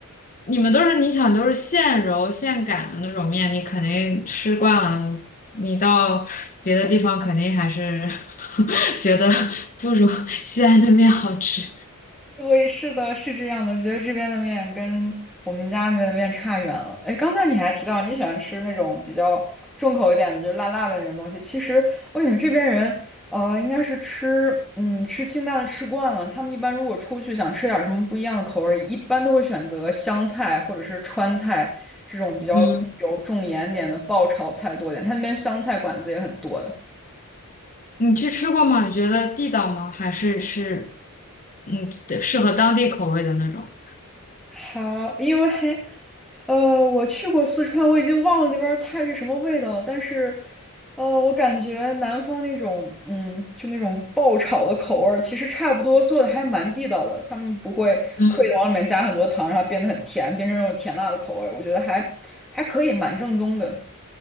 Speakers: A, on the left; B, in the centre.
A: 你们都是你想都是现揉现擀的那种面，你肯定吃惯了，你到别的地方肯定还是 <laughs> 觉得不如 <laughs> 西安的面好吃。
B: 对，是的，是这样的，觉得这边的面跟我们家那边的面差远了。哎，刚才你还提到你喜欢吃那种比较重口一点的，就是辣辣的那种东西。其实我感觉这边人，呃，应该是吃，嗯，吃清淡的吃惯了。他们一般如果出去想吃点什么不一样的口味，一般都会选择湘菜或者是川菜这种比较重油重盐点的爆炒菜多点。
A: 嗯，
B: 他那边湘菜馆子也很多的。
A: 你去吃过吗？你觉得地道吗？还是是，嗯，适合当地口味的那种？
B: 好，因为呃，我去过四川，我已经忘了那边儿菜是什么味道了，但是呃，我感觉南方那种嗯，就那种爆炒的口味儿其实差不多做的还蛮地道的，他们不会刻意的往里面加很多糖，
A: 嗯
B: 让它变得很甜，变成那种甜辣的口味儿我觉得还还可以，蛮正宗的。